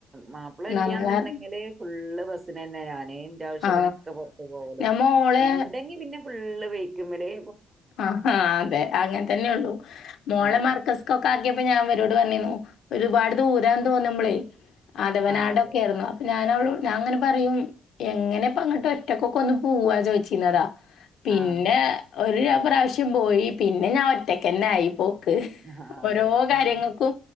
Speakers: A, on the right; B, on the left.
A: മാപ്പിള ഇല്ലയന്നുണ്ടെങ്കില്
B: നമ്മളെ
A: ഫു- ഫുള്ള് ബസ്സിന് തന്നെ ഞാനെ ആവശ്യത്തിനൊക്കെ
B: ആ
A: പുറത്തു. പോകല്
B: ഞാൻ മോളെ
A: ഉണ്ടെങ്കി പിന്നെ ഫുള്ള് വെയിക്ക് <unintelligible> മല്
B: ആഹ് അതെ അങ്ങനെ തന്നെയള്ളൂ മോളെ
A: ആഹ്
B: മാർക്കസ്കോക്കെ- പ്പോ ഞാൻ വരോട് പറന്നിന്നു ഒരുപാട് ദൂരന്ന് തോന്നുമ്പളെ അതവ <unintelligible> <unintelligible> നാടൊക്കെ
A: ആഹ് അതെ
B: ആരുന്നു അ ഞാൻ അവളോട് ഞാൻ അങ്ങനെ പറയും എങ്ങനെപ്പ അങ്ങോട്ട് ഒറ്റക്കൊക്കെ ഒന്ന് പോവാ ചോദിച്ചിന്നതാ പിന്നെ
A: ആഹ്
B: ഒരു പ്രാവശ്യം പോയി പിന്നെ ഞാൻ ഒറ്റക്ക്ന്നെ ആയിപ്പോ ക്
A: ആഹ്
B: ഓരോ
A: അതെ
B: കാര്യങ്ങൾക്കും
A: ആഹ്